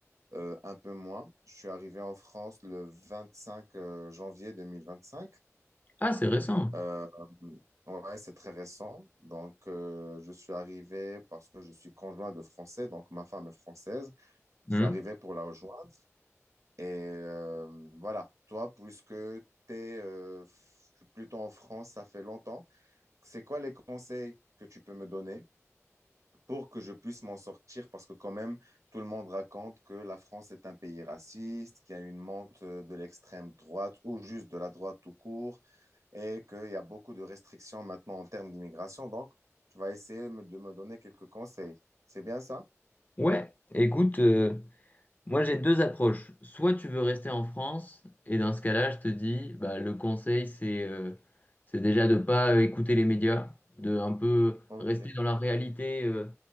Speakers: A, on the right; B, on the left.
A: euh, un peu moins. Je suis arrivé en France le 25 euh, janvier 2025.
B: Ah, c'est récent.
A: Euh, ouais, c'est très récent. Donc, euh, je suis arrivé parce que je suis conjoint de Français, donc ma femme est française. Je
B: Hmm.
A: suis arrivé pour la rejoindre. Et euh, voilà, toi, puisque tu es euh, plutôt en France, ça fait longtemps, c'est quoi les conseils que tu peux me donner pour que je puisse m'en sortir? Parce que quand même, tout le monde raconte que la France est un pays raciste, qu'il y a une monte de l'extrême droite ou juste de la droite tout court, et qu'il y a beaucoup de restrictions maintenant en termes d'immigration. Donc, tu vas essayer me- de me donner quelques conseils. C'est bien ça?
B: Ouais, écoute, euh, moi j'ai deux approches. Soit tu veux rester en France, et dans ce cas-là, je te dis, bah, le conseil, c'est euh, c'est déjà de pas euh, écouter les médias, de un peu
A: Ok.
B: rester dans la réalité euh,